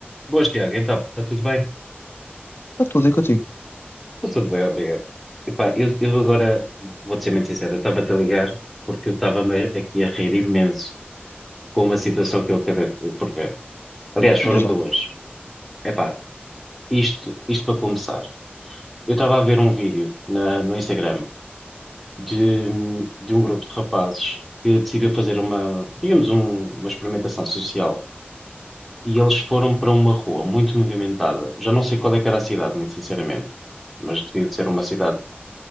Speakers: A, in the centre; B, on the left.
A: Boas, Tiago, então, está tudo bem?
B: Está tudo aí contigo.
A: Está Tudo bem, obrigado. Epá, eu, eu agora vou-te ser muito sincero, eu estava-te a ligar porque eu estava-me aqui a rir imenso com uma situação que eu acabei por ver. Aliás,
B: Então
A: foram
B: diz lá.
A: duas. Epá, isto, isto para começar. Eu estava a ver um vídeo na- no Instagram de, de um grupo de rapazes que decidiu fazer uma, digamos, um- uma experimentação social e eles foram para uma rua muito movimentada. Já não sei qual é que era a cidade, muito sinceramente, mas devia de ser uma cidade